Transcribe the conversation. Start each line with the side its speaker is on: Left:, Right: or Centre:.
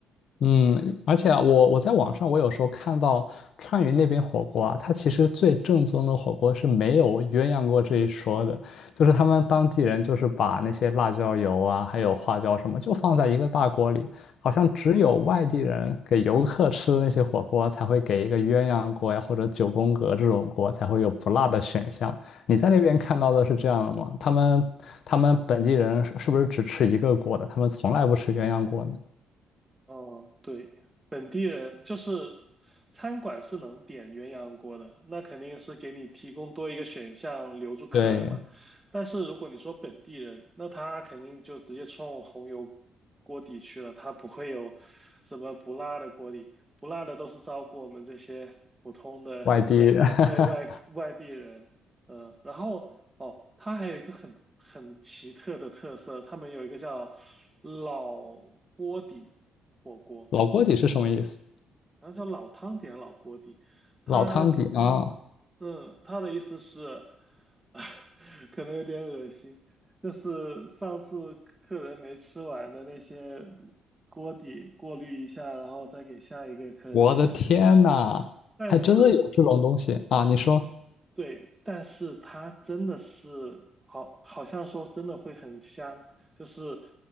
Left: 嗯，而且啊我我在网上我有时候看到川渝那边火锅啊，它其实最正宗的火锅是没有鸳鸯锅这一说的，就是他们当地人就是把那些辣椒油啊，还有花椒什么，就放在一个大锅里，好像只有外地人给游客吃的那些火锅才会给一个鸳鸯锅呀，或者九宫格这种锅才会有不辣的选项。你在那边看到的是这样的吗？他们他们本地人是是不是只吃一个锅的？他们从来不吃鸳鸯锅呢？
Right: 哦，对，本地人就是餐馆是能点鸳鸯锅的，那肯定是给你提供多一个选项留住客人嘛。
Left: 对。
Right: 但是如果你说本地人，那他肯定就直接冲红油锅底去了，他不会有什么不辣的锅底，不辣的都是照顾我们这些普通的
Left: 外地人，<laughs>
Right: 对外外地人。嗯，然后哦，它还有一个很很奇特的特色，他们有一个叫老锅底。火锅，
Left: 老锅底是什么意思？
Right: 然后叫老汤底还是老锅底？他，
Left: 老汤底啊！
Right: 嗯，他的意思是，<laughs> 可能有点恶心，就是上次客人没吃完的那些锅底过滤一下，然后再给下一个客人吃。
Left: 我的天呐，
Right: 但是，
Left: 还真的有这种东西啊！你说
Right: 对，但是它真的是好，好像说真的会很香，就是，